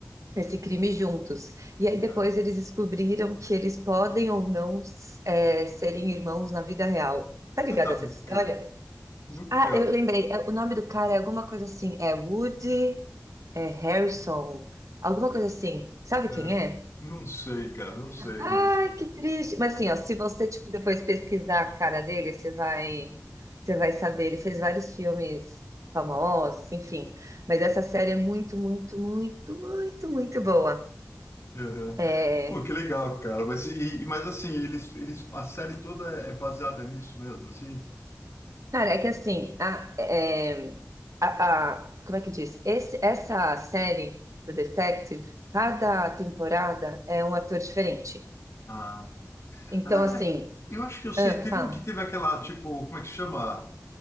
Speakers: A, on the right (about 75°); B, on the left (about 55°).
A: esse crime juntos. E aí depois
B: Ah,
A: eles descobriram que eles podem ou não é, serem irmãos na vida real. Tá ligado
B: Você tá
A: a essa
B: brincando?
A: história?
B: Nunca.
A: Ah, eu lembrei. É, O nome do cara é alguma coisa assim. É Woody, é Harrison, alguma coisa assim. Sabe
B: é,
A: quem é?
B: não sei, cara, não sei,
A: Ai,
B: mas.
A: que triste. Mas assim, ó, se você tipo depois pesquisar a cara dele, você vai, você vai saber. Ele fez vários filmes famosos, enfim. Mas essa série é muito, muito, muito, muito, muito boa.
B: é,
A: É,
B: Pô, que legal, cara. Mas, e, e- mas assim, eles, eles, a série toda é é baseada nisso mesmo, assim?
A: cara, é que assim, a, é, a, a- como é que diz? Esse, essa série, True Detective, cada temporada é um ator diferente.
B: Ah,
A: Então,
B: ah,
A: assim,
B: eu acho que eu sei.
A: ah,
B: Teve
A: fala.
B: um que teve aquela, tipo, como é que chama?